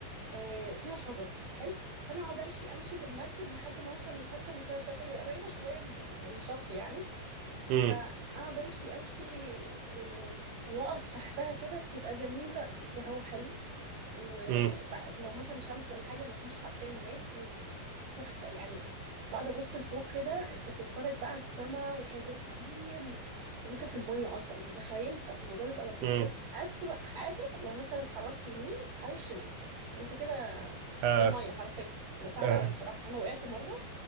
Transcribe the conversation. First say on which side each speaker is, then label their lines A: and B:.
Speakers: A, on the right (about 55°); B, on the right (about 75°).
A: آه، فيها شجر حلو فانا اقعد امشي امشي بالمركب لحد ما اوصل للحته اللي فيها شجر هي قريبه شويه من ال- من الشط يعني
B: امم
A: فاقعد امشي امشي آه، واقف تحتها كده بتبقى جميله بيبقى فيها هوا حلو ولو
B: امم
A: مثلا شمس ولا حاجه مفيش حرفيا هناك و- وتحفه يعني بقعد ابص لفوق كده انت بتتفرج بقى على السما وشجر كبير وانت في الميه اصلا متخيل فالموضوع بيبقى لطيف
B: امم
A: بس اسوأ حاجه لو مثلا اتحركت يمين او شمال انت كده
B: اه
A: في الميه حرفيا بتبقى صعبه
B: اه
A: قوي بصراحه انا وقعت مره